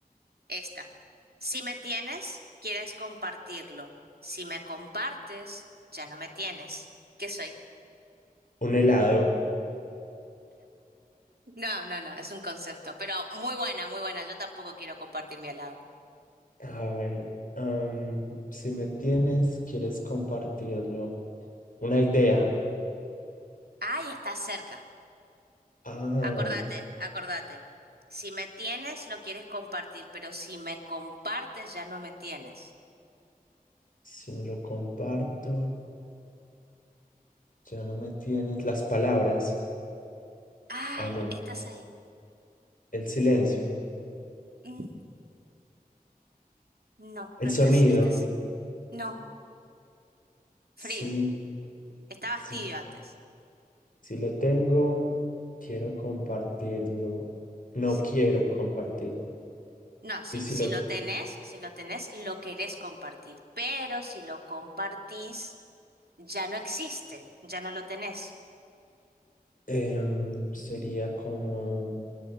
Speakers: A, on the right (about 80°); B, on the left (about 60°).
A: esta. Si me tienes, quieres compartirlo. Si me compartes, ya no me tienes. ¿Qué soy?
B: Un helado.
A: No, no, no, es un concepto, pero muy buena, muy buena. Yo tampoco quiero compartir mi helado.
B: A ver, am, si me tienes, quieres compartirlo. Una idea.
A: Ay, está cerca.
B: Ah,
A: Acordate, acordate. Si me tienes, lo quieres compartir, pero si me compartes, ya no me tienes.
B: si me lo comparto, ya no me tienes. Las palabras.
A: Ay,
B: Ah, no.
A: estás ahí.
B: El silencio.
A: Mm, No,
B: El
A: pero
B: sonido.
A: estás, estás. No.
B: Sí,
A: Frío. Estabas
B: sí,
A: tibio antes.
B: sí lo tengo. Quiero compartirlo. No
A: Sí.
B: quiero compartirlo.
A: No, sí,
B: Y si
A: si
B: lo
A: lo tenés, si lo tenés, lo querés compartir, pero si lo compartís, ya no existe, ya no lo tenés.
B: em, sería como